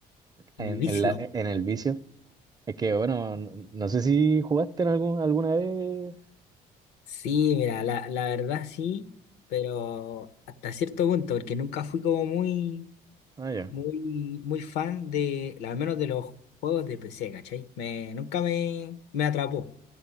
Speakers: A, on the right; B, on the left.
A: en,
B: En el vicio.
A: en la- en el vicio. Es que bueno, no, no sé si jugaste en algún, alguna vez.
B: Sí, mira, la, la verdad sí, pero hasta cierto punto, porque nunca fui como muy
A: Ah, ya.
B: muy, muy fan de, al menos de los juegos de PC, ¿cachai? Me, nunca me, me atrapó.